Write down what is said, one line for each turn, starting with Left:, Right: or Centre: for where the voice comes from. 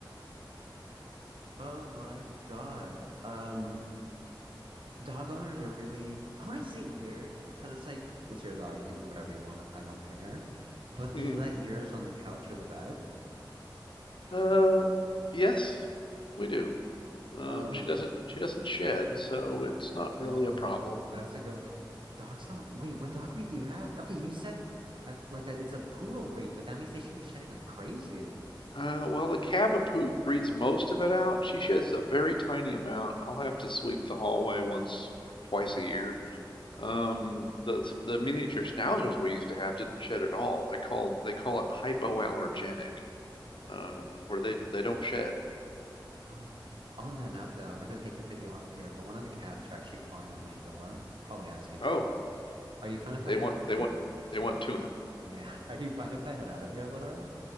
Right: Oh my God. Um, Dog owners are really, I wouldn't say weird because it's like, it's your dog. You can do whatever you want. I don't care. But do
Left: Hmm.
Right: you let yours on the couch or the bed?
Left: Uh, yes, we do. Um,
Right: Um,
Left: she doesn't she doesn't shed, so it's not
Right: No,
Left: really a problem.
Right: that's a good. f- Dogs don't. Wait, what dog breed do you have? Okay, you said uh, like a, it's a poodle breed, but that means they should be shedding like crazy.
Left: Uh, well, the Cavapoo breeds most of it out. She sheds a very tiny amount. I'll have to sweep the hallway once, twice a year. Um, the the miniature schnauzers we used to have didn't shed at all. They call they call it hypoallergenic, um, where they they don't shed.
Right: Um, on that note, though, I really hate to cut you off here, but one of the cats are actually clawing up my door, probably asking for
Left: Oh,
Right: food. Are you fine if
Left: they
Right: I head
Left: want
Right: out of
Left: they
Right: here?
Left: want they want tuna.
Right: Yeah. <laughs> Are you fine if I head out of here a little early?